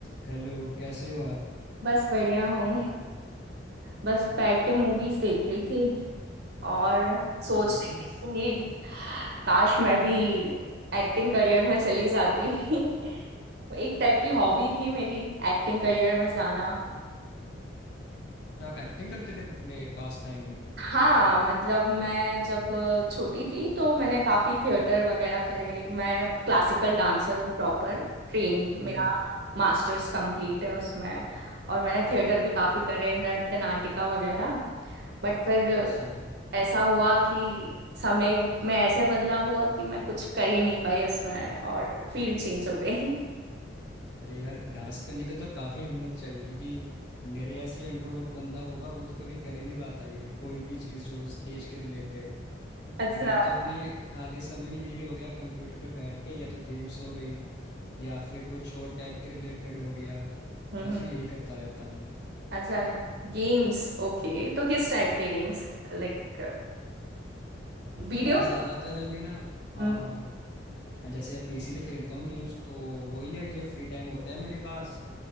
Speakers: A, on the left; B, on the right.
A: Hello कैसे हो आप
B: बस बढ़िया हूँ बस बैठ के मूवीज देख रही थी और सोच
A: मूवीज
B: रही थी कि काश मैं भी एक्टिंग करियर में चली जाती <laughs> एक टाइप की हॉबी थी मेरी एक्टिंग करियर में जाना
A: में आप एक्टिंग करते थे अपने पास टाइम में
B: हाँ मतलब मैं जब छोटी थी तो मैंने काफी थिएटर वगैरह करे मैं क्लासिकल डांसर हूँ प्रॉपर ट्रेन
A: हम्म
B: मेरा मास्टर्स कंप्लीट है उसमें और मैंने थिएटर भी काफी करे नृत्य नाटिका वगैरह बट फिर
A: अच्छा
B: ऐसा हुआ कि समय में ऐसे बदलाव हुआ कि मैं कुछ कर ही नहीं पाई उसमें और फील्ड चेंज हो गई <laughs>
A: अरे यार डांस करने के लिए तो काफ़ी हिम्मत चाहिए क्योंकि मेरे ऐसे जो इंट्रोवर्ट बंदा होगा वो तो कभी कर ही नहीं पाता ये कोई भी चीज़ जो हो स्टेज के रिलेटेड
B: अच्छा
A: तो मैं तो अपने खाली समय में यही हो गया कंप्यूटर पे बैठ के या तो गेम्स हो गई या फिर कुछ और टेक के रिलेटेड हो गया
B: हम्म
A: मैं सिर्फ
B: हम्म।
A: यही करता रहता हूँ
B: अच्छा गेम्स ओके तो किस टाइप के गेम्स Like video
A: मैं ज़्यादातर अभी ना हाँ
B: हम्म,
A: हाँ मैं जैसे अब पीसी पे खेलता हूँ गेम्स तो वही है कि जब फ्री टाइम होता है मेरे पास